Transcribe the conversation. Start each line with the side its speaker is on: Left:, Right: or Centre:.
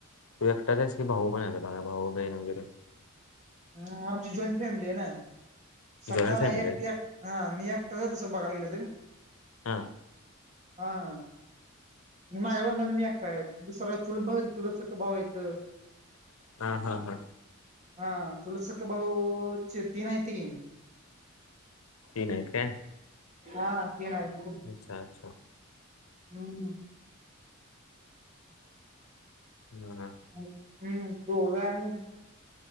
Left: तू एकटाच आहेस की भाऊ पण आहे भाऊ, बहीण वगैरे
Right: हम्म, आमची जॉईंट फॅमिली आहे ना सख्खा
Left: जॉईंट फॅमिली
Right: एक
Left: आहे
Right: एक हा मी एकटाच हाय तस बाघायला गेल तर.
Left: हा.
Right: हा हा माझ्या वडलांना मी एकटा आहेत, दुसरा चुलत भाव आहे चुलत सख्खा भाव आहेत.
Left: हा हा हा
Right: हा, चुलत सख्ख भाऊ तीन आहेती की.
Left: तीन हाईत काय?
Right: हा तीन हाईत की.
Left: अच्छा अच्छा.
Right: नाय ना.
Left: ना अ
Right: आहेत, हम्म दोघ आहे आम्ही.